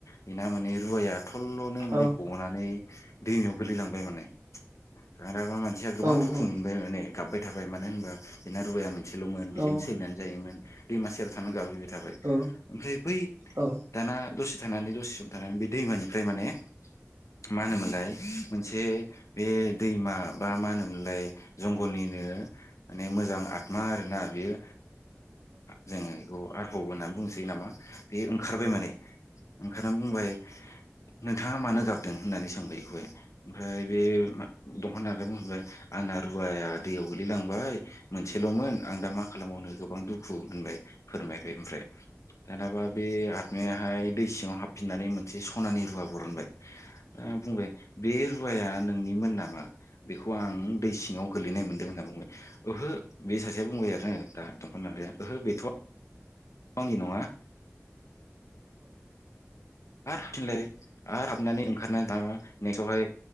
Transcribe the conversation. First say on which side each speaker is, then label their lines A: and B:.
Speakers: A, on the left; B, on the right.
A: बिना माने रुवाया। फथल'नो माने
B: औ
A: गनानै दैमायाव गोलैलांबाय माने। माबा मानसिया गोबां
B: औ
A: दुखु मोनबाय माने गाबबाय थाबाय मानो होनबा बेना रुवाया मोनोन। मानसेल'मोन बेजों
B: औ
A: सोलिनानै जायोमोन दै मासियाव थान गाबहैबाय। थाबाय ओमफ्राय
B: औ औ
A: बै
B: दा
A: दाना। दसे थानानै दसे सम थानानै बे दैमानिफ्राय माने मा होनोमोनलाय मोन मोनसे बे दैमा बा मा होनोमोनलाय जंगलनिनो माने मोजां आ। मा आरोना बेयो जोङो बेखौ आरफब होननानै बुंनोसै नामा। बे ओंखारबाय माने ओंखारनानै बुंबाय नोंथाङा मानो गाबदों होननानै सोंबाय। ओमफ्राय बे। दंफां दानग्राया बुंहरबाय आंना रुवाया दैयाव गोलैलांबाय मोनसेल'मोन आं दा मा खालाम बावनो। नो गोबां दुखु होनबाय फोरमायबाय ओमफ्राय। दानाबा बे आतमायाहाय दै सिङाव हाबफिननानै मोनसे सनानि रुवा बरानबाय ओ बुंबाय बे रुवाया नोंनिमोन नामा बेखौ आं। दै सिङाव गोलैनाय मोनदों होनना बुंबाय ओहो। बे सासेया बुंबाय आरो दा दंफां दानग्राया ओहो बेथ । <unintelligible> बे आरो हाबिनलाय आरो हाबनानै ओंखारनानै दाबा नेक्स्टआवहाय।